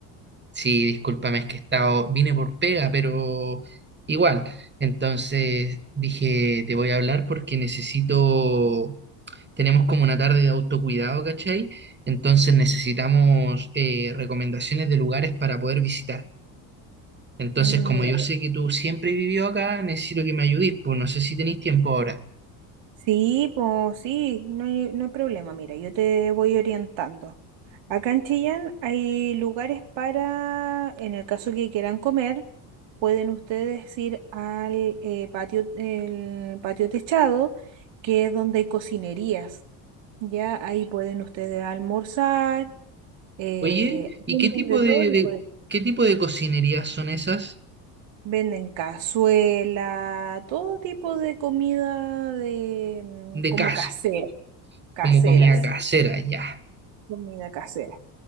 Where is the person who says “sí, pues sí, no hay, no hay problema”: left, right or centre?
Right